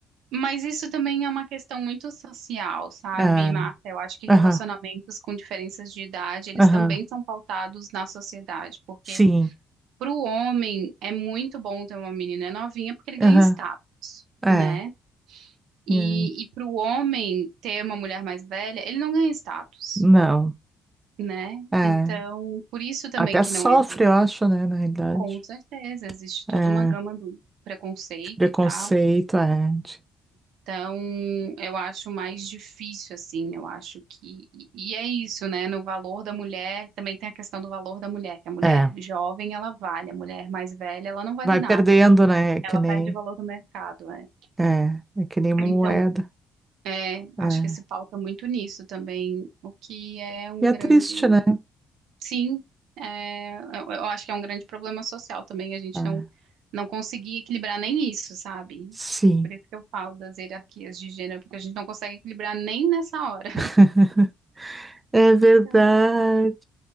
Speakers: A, on the right (about 85°); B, on the right (about 20°).
A: mas isso também é uma questão muito social, sabe,
B: É,
A: Marta? Eu acho que relacionamentos
B: aham,
A: com diferenças de idade, eles
B: aham,
A: também são pautados na sociedade, porque
B: sim,
A: para o homem é muito bom ter uma menina novinha porque ele ganha
B: aham,
A: status.
B: é,
A: Né?
B: é,
A: E, e para o homem ter uma mulher mais velha, ele não ganha status,
B: não,
A: né?
B: é,
A: Então, por isso também
B: até
A: que
B: sofre,
A: não existe.
B: eu acho, né, na realidade,
A: Com certeza, existe toda
B: é,
A: uma gama do preconceito
B: de preconceito,
A: e tal.
B: é, de-
A: Então, eu acho mais difícil, assim, eu acho que. E e é isso, né? No valor da mulher, também tem a questão do valor da mulher, que a mulher
B: é,
A: jovem, ela vale, a mulher mais velha, ela não vale
B: vai
A: nada.
B: perdendo, né, que
A: Ela
B: nem
A: perde o valor do mercado, né?
B: É, é que nem uma
A: Então,
B: moeda.
A: É,
B: É.
A: acho que se pauta muito nisso também, o que é um
B: E é
A: grande,
B: triste, né?
A: sim, é, eu, eu acho que é um grande problema social também, a gente
B: É,
A: não, não conseguir equilibrar nem isso, sabe?
B: sim.
A: É por isso que eu falo das hierarquias de gênero, porque a gente não consegue equilibrar nem nessa hora. <laughs>
B: <laughs> É verdade.
A: É um problema